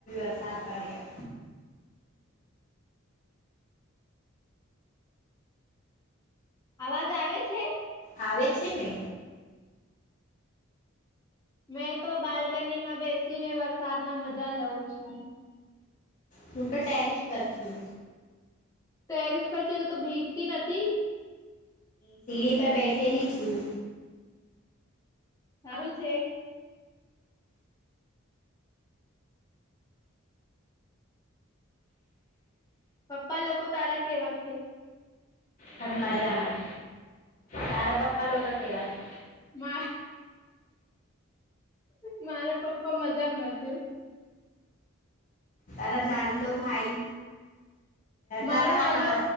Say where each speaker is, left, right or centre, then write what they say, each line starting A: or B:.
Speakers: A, on the left (about 40°); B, on the left (about 15°).
A: વરસાદ પડ્યા
B: અવાજ આવે છે
A: આવે છે ને
B: મેં તો બાલ્કની માં બેસી ને વરસાદ ના મજા લઉં છું
A: હું તો ટેરિસ પર કુમ
B: પેરિસ પર છે તો તો ભીગતી નથી
A: સીડી પર બેઠેલી છું
B: સારું છે પપ્પા લોકો તારા કેવા છે
A: મ મજામાં. તારા પપ્પા લોકો કેવા છે?
B: વાહ મારા પપ્પા મજામાંજ
A: તારા નાનલો ભાઈ
B: મારો
A: તારા
B: નાલો
A: ના